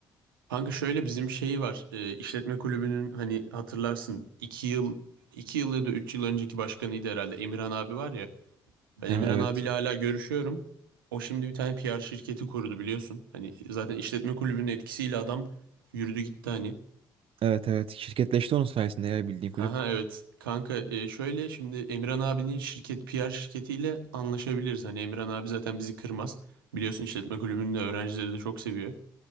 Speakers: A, on the right; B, on the right.
A: Kanka şöyle bizim şeyi var. E, işletme kulübünün hani hatırlarsın iki yıl iki yıl ya da üç yıl önceki başkanıydı herhalde Emirhan abi var ya. Ben Evet.
B: Ha,
A: Emirhan
B: evet.
A: abiyle hala görüşüyorum. O şimdi bir tane PR şirketi kurdu biliyorsun. Hani zaten işletme kulübünün etkisiyle adam yürüdü gitti hani.
B: Evet evet. Şirketleşti onun sayesinde ya bildiğin
A: Ha
B: kulüp.
A: ha evet. Kanka e, şöyle şimdi Emirhan abinin şirket PR şirketiyle anlaşabiliriz. Hani Emirhan abi zaten bizi kırmaz. Biliyorsun işletme kulübünün de öğrencileri de çok seviyor.